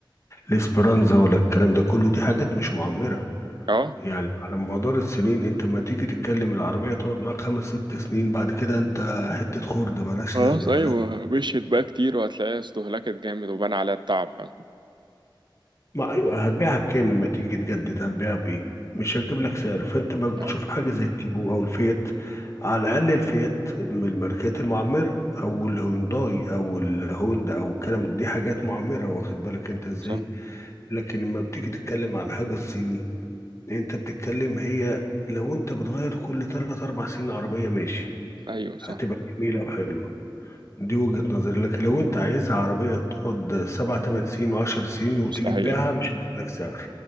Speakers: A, on the left; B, on the right.
A: الاسبرانزا ولا الكلام ده كله دي حاجات مش معمرة
B: اه
A: يعني على مدار السنين انت ما تيجي تتكلم العربية تقعد معاك خمس ست سنين بعد كده انت حتة خردة ملهاش
B: خلاص
A: لازمة
B: أيوة
A: ملهاش
B: مشيت بقى كتير وهتلاقيها استهلكت جامد وبان عليها التعب فاهم؟
A: ما ايوه هتبيعها بكام اما تيجي تجدد هتبيعها بايه مش هتجيب لك سعر فانت ما بتشوف
B: اه
A: حاجة زي التيجو او الفيات على الاقل الفيات من الماركات المعمرة او الهونداي او الهوندا او الكلام ده دي حاجات معمرة واخد بالك انت ازاي
B: صح
A: لكن لما بتيجي تتكلم على الحاجة الصيني انت بتتكلم هي لو انت بتغير كل تلات اربع سنين عربية ماشي
B: أيوة صح
A: هتبقى جميلة وحلوة دي وجهة نظري لكن لو انت عايزها عربية تقعد سبع تمن سنين وعشر سنين وتيجي
B: مستحيل
A: تبيعها مش هجيب لك سعر